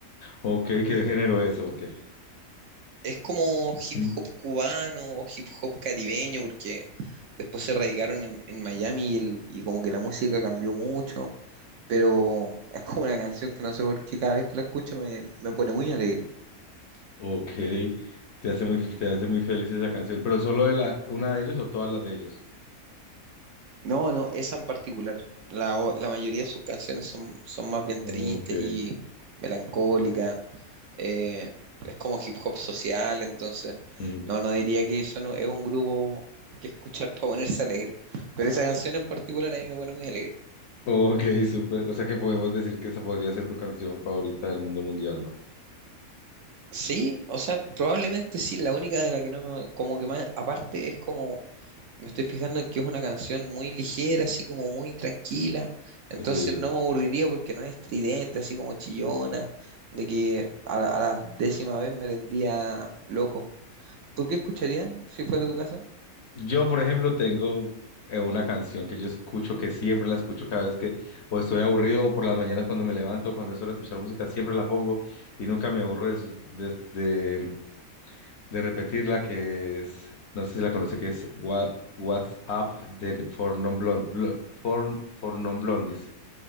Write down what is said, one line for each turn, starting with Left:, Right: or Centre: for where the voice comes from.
Left: ok, ¿qué género es? o qué?
Right: Es como hip
Left: <clears throat>
Right: hop cubano o hip hop caribeño, porque después se radicaron en, en Miami y, el, y como que la música cambió mucho. pero es como una canción que no sé por qué cada vez que la escucho me, me pone muy alegre.
Left: Ok, te hace muy, te hace muy feliz esa canción, pero solo de la, una de ellos o todas las de ellos.
Right: No, no, esa en particular. La, o- la mayoría de sus canciones son, son más bien
Left: Ok,
Right: tristes y melancólicas. eh, es como hip hop social, entonces,
Left: mm,
Right: no, no diría que eso no, es un grupo que escuchar para ponerse alegre. Pero esa canción en particular a mí me pone muy alegre.
Left: ok, súper. O sea que podemos decir que esa podría ser tu canción favorita del mundo mundial, ¿no?
Right: Sí, o sea, probablemente sí, la única de la que no me, como que más, aparte es como Me estoy fijando en que es una canción muy ligera, así como muy tranquila, entonces
Left: Sí.
Right: no me aburriría porque no es estridente, así como chillona, de que a la, a la décima vez me tendría loco. ¿Tú qué escucharías si fuera tu caso?
Left: Yo, por ejemplo, tengo eh, una canción que yo escucho, que siempre la escucho cada vez que o estoy aburrido o por las mañanas cuando me levanto, cuando es hora de escuchar música, siempre la pongo y nunca me aburro de, su- de, de repetir la que es, no sé si la conoce, que es What, What's Up de- for Non Blond, Blo- for, for Non Blondies.